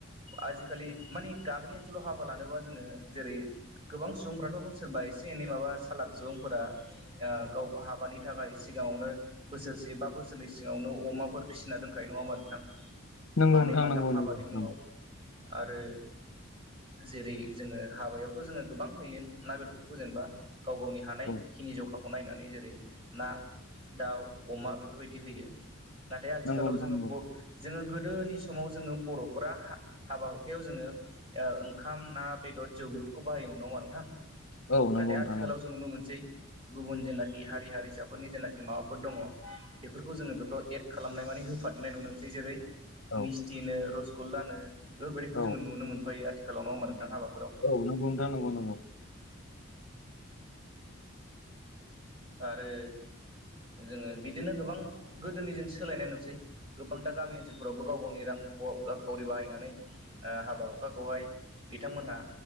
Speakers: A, on the right; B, on the left.
A: आजिखालि मानि गामि ओनसोलाव हाबा लानोबा जोङो जेरै- गोबां सुबुंफ्राथ सोरबा एसे एनै माबा सालाक सुबुंफोरा ओ गाव हाबानि नि थाखाय सिगाङावनो बोसोरसे बा बोसोरनै सिगावनो अमाफोर फिसिना दोनखायो नङा होमबा नोंथां?
B: नंगौ
A: मानै
B: नोंथां
A: माथाम
B: नंगौ
A: हाबानि
B: नंगौ
A: मुङाव
B: नंगौ
A: आरो जेरै जोङो हाबायावथ जोङो गोबां होयो ना बेदरफोरखौ जेनेबा गाव गावनि हानायखिनि
B: औ
A: जखाखौ नायनानै जेरै ना, दाउ, अमा बेफोरबायदि होयो। नाथाय आथिखालाव
B: नंगौ नोंथां
A: जोङो
B: नंगौ
A: जोङो गोदोनि समाव जोङो बरफोरा हाबा हुखायाव जोङो ओ ओंखाम ना बेदर ज आनो बाहायै नंयाहोनबा नोंथां
B: औ नंगौ
A: नाथाय
B: नोंथां
A: आथिखालाव
B: नंगौ
A: जों नुनो मोनसै गुबुन जेन हा हारि हारिसाफोरनि जेनाखि माबाफोर दङ बेफोरखौ जोङो बेफ्राव एड खालामनाय माने होफादेरनाय नुनो मोनसै जेरै
B: औ
A: मिस्थिनो रसगल्लानो बेफोरबायदिखौ
B: औ
A: जोङो नुनो मोनफायो आथिखालाव नङ होमबा नोंथां हाबा
B: औ नंगौ नोंथां नंगौ नंगौ।
A: आरो जोङो बिदिनो गोबां गोदोनि जों सोलायनाय नुसै गोबांथा गामि ओनसोलफ्रावबो गाव गावनि रां खावरि बाहायनानै ओ हाबा हुखाखौहाय बिथांमोनहा